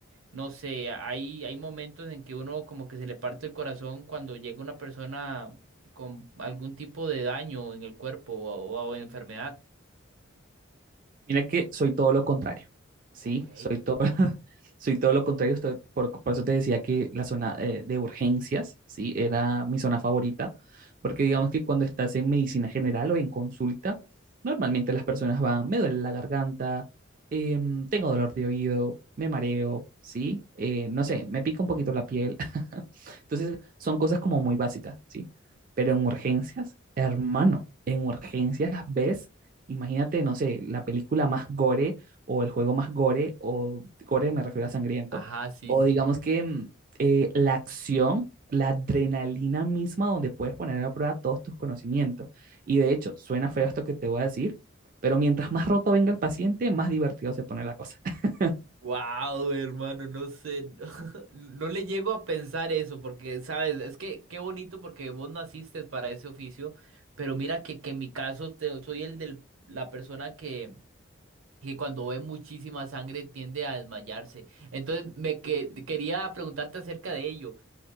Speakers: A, on the right (about 80°); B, on the right (about 40°).
A: no sé, hay, hay momentos en que uno como que se le parte el corazón cuando llega una persona con algún tipo de daño en el cuerpo o, o o enfermedad.
B: Mira que soy todo lo contrario, ¿sí?
A: Ok.
B: Soy todo, <laughs> soy todo lo contrario, estoy- por, por eso te decía que la zona eh, de urgencias, ¿sí? Era mi zona favorita, porque digamos que cuando estás en medicina general o en consulta, normalmente las personas van, me duele la garganta, em, tengo dolor de oído, me mareo, ¿sí? Eh, no sé, me pica un poquito la piel. <laughs> Entonces, son cosas como muy básicas, ¿sí? Pero en urgencias, hermano, en urgencias ves Imagínate, no sé, la película más gore o el juego más gore, o gore me refiero a sangriento,
A: Ajá, sí,
B: o
A: sí.
B: digamos que mm, eh, la acción, la adrenalina misma donde puedes poner a prueba todos tus conocimientos. Y de hecho, suena feo esto que te voy a decir, pero mientras más roto venga el paciente, más divertido se pone la cosa. <laughs>
A: Wow, hermano, no sé, <laughs> no, no le llego a pensar eso porque, sabes, es que qué bonito porque vos naciste para ese oficio, pero mira que, que en mi caso te- soy el de la persona que, que cuando ve muchísima sangre tiende a desmayarse. Entonces, me que- quería preguntarte acerca de ello.